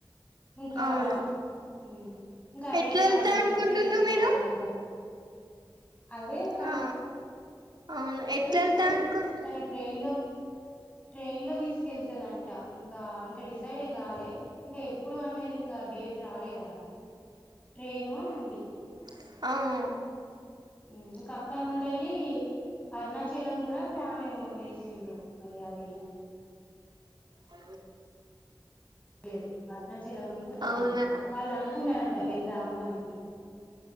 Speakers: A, on the left; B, on the right.
A: ఇంకాఉమ్
B: అవును
A: ఇంకా ఐడి
B: ఎట్లా
A: కార్డు
B: వెళ్తా అనుకుంటుండ్రు
A: చేయించుకోవాలంట
B: మీరు
A: అదే తను
B: ఆ అవును ఎట్ల
A: ఇప్పుడు
B: ఎళ్తా అనుకుంటు
A: తను ట్రైన్ లో ట్రైన్ లో తీసుకెళ్తుదంట ఇంకా ఇంక డిసైడ్ ఏం కాలె ఇంకా ఎప్పుడు అన్నది ఇంకా డేట్ రాలే కదా ట్రేను అని అంది
B: అవ్
A: ఉమ్ ఇంక అక్కడ నుండెళ్ళి అరుణాచలం కూడా ప్లాను వేసిండ్రు మరి అది
B: ఆ
A: లేదు అరుణాచలం
B: అవునా
A: వాళ్ళు అను <unintelligible> కున్నారంట వెళ్దాము అని